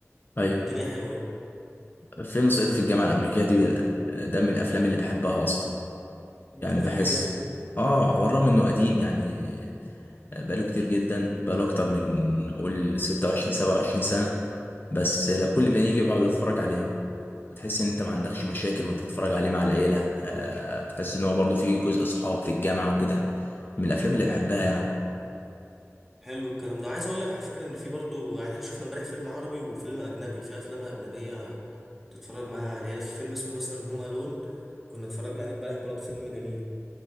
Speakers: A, on the left; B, in the centre.
A: ايوه
B: والدنيا حلوه يعني
A: فيلم صعيدي في الجامعة الأمريكية دي ده من الأفلام اللي بحبها أصلا يعني
B: الفيلم
A: بحس
B: جامد
A: آه على الرغم إنه قديم يعني آه، بقاله كتير جدا بقاله أكتر من قول ستة وعشرين سبعة وعشرين سنة بس لا كل ما يجي بقعد أتفرج عليه بتحس إن أنت ما عندكش مشاكل وأنت تتفرج عليه مع العيلة آه تحس إن هو برضه فيه جزء صحاب في الجامعة وكده من الأفلام اللي بحبها يعني
B: حلو الكلام ده عايز اقول لك على فكره ان في برضه يعني احنا شفنا امبارح فيلم عربي وفيلم اجنبي في افلام اجنبيه تتفرج مع العيله في فيلم اسمه مثلا هوم الون كنا اتفرجنا عليه امبارح برضه فيلم جميل